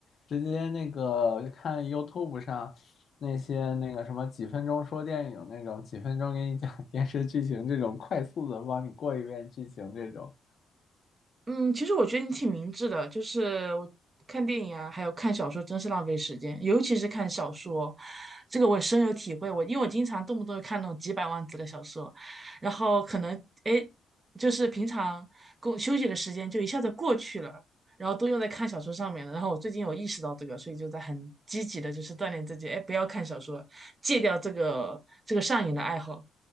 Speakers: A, on the left; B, on the right.
A: 直接那个看 YouTube 上那些那个什么几分钟说电影那种，几分钟给你讲电视剧情这种快速的帮你过一遍剧情这种。
B: 嗯，其实我觉得你挺明智的，就是我看电影啊，还有看小说，真是浪费时间，尤其是看小说，这个我深有体会。我因为我经常动不动就看那种几百万字的小说，然后可能哎诶，就是平常工休息的时间就一下子过去了，然后都用在看小说上面了。然后我最近有意识到这个，所以就在很积极的，就是锻炼自己，哎，不要看小说，戒掉这个这个上瘾的爱好。